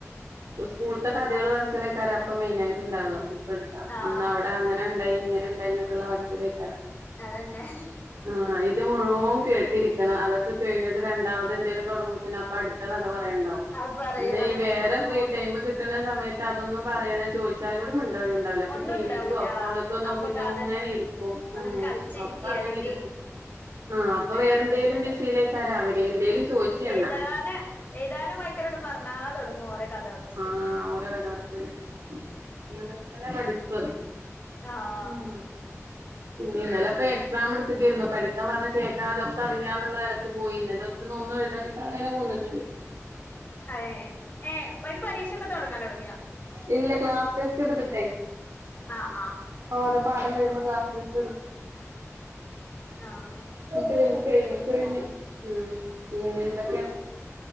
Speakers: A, on the right; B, on the left.
A: സ്കൂളത്തെ കഥകൾ വരച്ചിലേക്കാ അപ്പൊ മെയിന ആയിട്ട് ഉണ്ടാവുക അ അവിടെ
B: ആഹ്
A: അങ്ങനെ അവിടെ അങ്ങനെ ഉണ്ടായി ഇങ്ങനെ ഉണ്ടായി എന്നൊക്കെയുള്ള പറച്ചിലേക്കാരം
B: അതന്നെ
A: ആഹ ഇത് മുഴുവൻ കേട്ടിരിക്കണം അതൊക്കെ കഴിഞ്ഞട്ട രണ്ടാമത എന്തേലും തുടങ്ങന്നെ അപ്പൊ അത്ത കഥ പറണ്ടും
B: അത് പറയും
A: പിന്നെ
B: അതന്നെ
A: ഈ വേറെ
B: ഓരോ
A: ഫ്രീ ടൈം കിട്ടുന്ന സമയത്ത് അതൊന്നും പറയാനോ ചോദിച്ചാലും കൂടി മി ഴ ഉണ്ടാവല അപ്പൊ
B: ഒന്നും
A: ടിീ
B: ഉണ്ടാവൂല
A: വിിക്കോ ഫോണക്കോ നോക്കിട്ട്
B: അപ്പൊ
A: അങ്ങനെ
B: അതന്നെ
A: ഇരിക്കും
B: ഒന്നെങ്കി
A: ഉ
B: കളിച്ചിരിക്കേ
A: അപ്പ അങ്ങനെ
B: അല്ലെങ്കി
A: ഇരിക്കും ആ അപ്പൊ
B: അങ്ങനെയൊക്കെക്കാരം
A: വേറെ എന്തേലും ബിസിയിലേക്കാര അവര് എന്തും ചോദിച് ചൊന
B: എഴുതാന് എഴുതാനും വായിക്കാനോട് പറഞ്ഞാ തൊടങ്ങും ഓരോ കഥ പറച്ചില്
A: ആഹ ഓല കഥ പറച്ചില് അങ്ങനൊക്കെ തന്നെ പഠിപ്പ
B: ആഹ്
A: ഉം ഉ ഇന്നലെപ്പൊ എക്സാം എടുത്തക്കായിരുന്നു പഠിക്കാൻ പറഞ്ഞഞ് കേക്കാ അതൊക്കെ അറിയാ എന്നുള്ള നിലലക്ക് പോയി ഇന്നലെ ഒ ഒന്നും എഴുതാൻ കട്ട അങ്ങെ പോന്നിട്ടുോ
B: അത ഏ അന് പരീക്ഷൊക്കെ തുടങ്ങാലോ തുടങ്ങിയോ
A: ഇല്ല ലാ ടെസ്റ്റ് എടുട്ട
B: ആഹ് ആഹ്
A: ഓ പാടം കഴിയുമ്പോ ക്ലാസ്ൽസ്
B: ആഹ്
A: <unintelligible> കഴിഞ്ഞു കഴിഞ്ഞു ഉ പിന്നെന്തൊക്കെയ